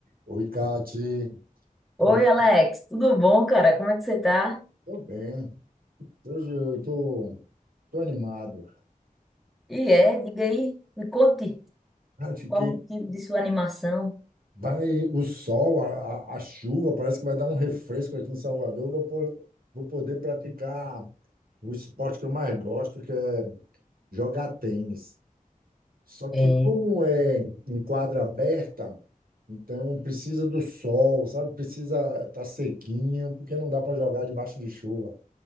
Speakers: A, on the right; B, in the centre.
A: Oi, Kati.
B: Oi,
A: Tudo
B: Alex, tudo bom, cara? Como é que você tá?
A: tudo bem? Hoje eu tô, tô animado.
B: E é, diga aí, me conte
A: Acho
B: qual
A: que
B: o motivo de sua animação.
A: vai o sol, a, a, a chuva, parece que vai dar um refresco aqui em Salvador. Vou, po- vou poder praticar o esporte que eu mais gosto, que é jogar tênis. Só que
B: É,
A: como é em quadra aberta, então precisa do sol, sabe? Precisa estar tá sequinho, porque não dá para jogar debaixo de chuva.